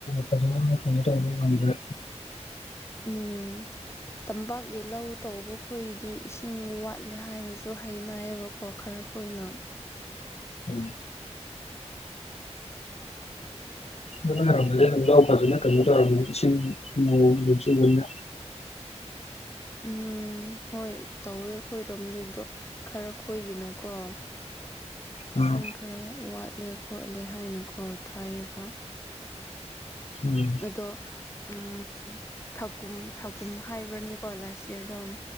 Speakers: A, on the left; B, on the left.
A: ꯐꯖꯅ ꯀꯩꯅ ꯇꯔꯥꯟ꯭ꯔꯦ
B: ꯎꯝ ꯇꯝꯕꯛꯦꯂ ꯇꯕ ꯑꯩꯈꯣꯏꯗꯤ ꯏꯁꯤꯡ ꯋꯥꯠꯂꯦ ꯍꯥꯏꯅꯁꯨ ꯍꯥꯏꯅꯩꯌꯦꯕꯀꯣ ꯈꯔ ꯈꯣꯏꯅ
A: ꯎꯝ ꯑꯗꯨ ꯂꯩꯔꯝꯒꯗ ꯂ ꯂꯥꯎ ꯐꯖꯅ ꯀꯩꯅꯣ ꯇꯧꯔꯝꯃꯦ ꯏꯁꯤꯡ ꯅꯣꯡ ꯑꯗꯨꯝ ꯆꯨꯕꯅꯦ
B: ꯎꯝ ꯍꯣꯏ ꯇꯧꯋꯦ ꯑꯩꯣꯏꯔꯣꯝꯗꯗꯣ ꯈꯔ ꯈꯣꯏꯒꯤꯅꯀꯣ ꯏꯁꯤꯡ
A: ꯑꯥ
B: ꯈꯔ ꯋꯥꯠꯂꯦ ꯈꯣꯠꯂꯦ ꯍꯥꯏꯅꯀꯣ ꯊꯥꯏꯌꯦꯕ
A: ꯎꯝ
B: ꯑꯗꯣ ꯎꯝ ꯁꯀꯨꯝ ꯁꯥꯒꯨꯝ ꯍꯥꯏꯕ꯭ꯔꯅꯤꯀꯣ ꯂꯥꯁ ꯏꯌꯥꯔꯗꯣ